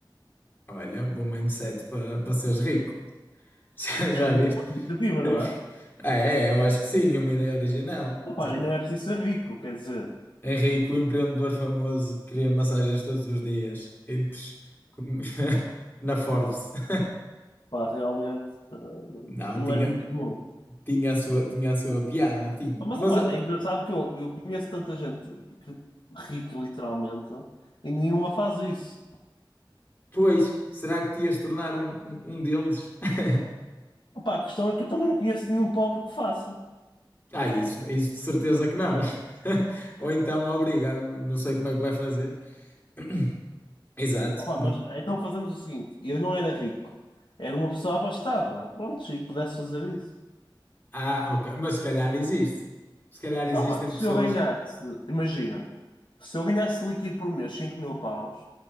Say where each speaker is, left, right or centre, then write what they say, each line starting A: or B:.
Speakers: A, on the left (about 25°); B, on the left (about 65°).
A: Olha, um bom mindset para para seres rico. <laughs> Já, já
B: É uma
A: viste?
B: boa iniciativa, não
A: <laughs>
B: é?
A: Ah, é, eu acho que sim, uma ideia original.
B: Opa,
A: Já,
B: e não é preciso ser rico, quer dizer,
A: Henrique, o empreendedor famoso, cria massagens todos os dias. Entre- com- <laughs> Na Forbes. <laughs>
B: pá, realmente eh,
A: Não,
B: não
A: tinha,
B: era muito comum.
A: tinha a sua, tinha a sua piada, tinha.
B: Mas
A: Mas,
B: opa,
A: eh,
B: é engraçado que eu, eu conheço tanta gente que- rica, literalmente, e nenhuma faz isso.
A: pois, será que te ias tornar um, um um deles? <laughs>
B: Opa, a questão é que eu também não conheço nenhum pobre que faça.
A: Ah, isso, isso de certeza que não. <laughs> Ou então, obrigado, não sei como é que vai fazer. <clears throat> Exato.
B: Opa,
A: Nu-
B: mas então fazemos o seguinte: eu não era rico, era uma pessoa abastada. Pronto, se pudesse fazer isso.
A: Ah, ok. Mas se calhar existe. Se calhar
B: Só,
A: existem
B: pá, se
A: pessoas.
B: eu ganhasse, imagina, se eu ganhasse líquido por mês 5 mil paus,